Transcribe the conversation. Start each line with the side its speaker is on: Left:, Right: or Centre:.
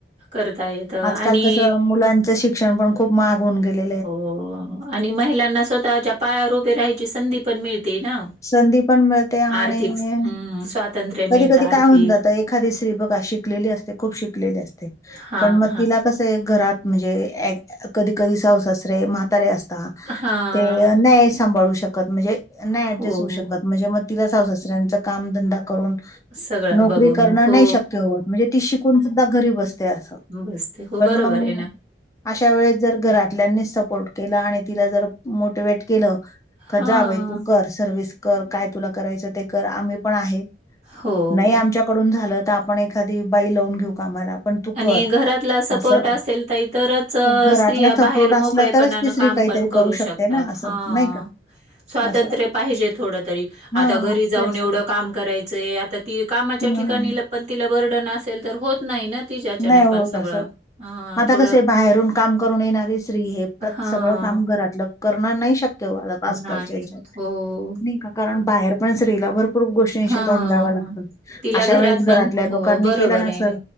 Right: करता येतं
Left: आजकल
Right: आणि
Left: कस मुलांच शिक्षण पण खूप माहाग होऊन गेलं-
Right: हो आणि महिलांना स्वतःच्या पायावर उभे राहायची संधी पण मिळते ना.
Left: संधी पण मिळते आणि
Right: आर्थिक हम्म स्वातंत्र्य- मिळतं
Left: कधी कधी
Right: आर्थिक.
Left: काय होऊन जात एखादी स्त्री बघा शिकलेली असते खूप शिकलेली असते
Right: हां,
Left: पण मग
Right: हां.
Left: तिला कस- घरात म्हणजे एक कधी कधी सासु सासरे म्हातारे असता-
Right: हां.
Left: ते नाही सांभाळू शकत म्हणजे नाही
Right: हो.
Left: ॲटजेस्ट होऊ शकत म्हणजे मग तिला- दुसर्‍यांच् कामधंदा करून-
Right: सगळं
Left: नोकरी
Right: बघून
Left: करणं
Right: हो,
Left: नाही शक्य होत म्हणजे ती शिकून सुद्धा घरी बसते असं-
Right: बस्ते हो
Left: पण
Right: बरोबर
Left: मग
Right: आहे ना-
Left: अशा वेळेस जर घरातल्यांनीच सपोर्ट केला आणि तिला जर मोटिवेट- केलं
Right: हां.
Left: क जा बाई तू कर सर्विस कर काय तुला करायचं ते कर आम्ही पण आहे-
Right: हो.
Left: नाही आमच्याकडून झालं तर आपण एखादी बाई लावून घेऊ कामाला- पण तू
Right: आणि
Left: कर
Right: घरातला सपोर्ट
Left: असं
Right: असेल तर इतरच
Left: मग घरातला
Right: स्त्रिया
Left: सपोर्ट
Right: बाहेर
Left: असला
Right: मोकळेपणान
Left: तरच ती स्त्री
Right: काम
Left: काहीतरी
Right: पण- करू
Left: शकते
Right: शकतात
Left: ना
Right: हा....
Left: असं नाही का
Right: स्वातंत्र्य
Left: असं
Right: पाहिजे थोड तरी,
Left: हां
Right: आता घरी जाऊन
Left: तेच
Right: एवढं काम करायचं- आता त कामाच्या
Left: हं,
Right: ठिकाणी
Left: हं.
Right: पण तिला बर्डन असेल तर होत नाही ना- तिच्याच्यानं
Left: नाही होत
Right: पण सगळं.
Left: अस
Right: अ,
Left: आता
Right: थोडं
Left: कसे बाहेरून काम करून येणारी स्त्री हे प्रत्येक
Right: हां.
Left: सगळं काम कर- घरातला करण नाही शक्य होत आजकाल
Right: नाही
Left: च्या ह्याच्यात
Right: होत. हो.
Left: नाई का कारण बाहेर- पण स्त्रीला भरपूर गोष्टींशी
Right: हां.
Left: तोंड द्यावं लागतं
Right: तिला
Left: अशा
Right: घरात
Left: वेळेस
Right: पण
Left: घरातल्या
Right: हो
Left: लोकांनी
Right: बरोबर
Left: केलं ना
Right: आहे
Left: असं-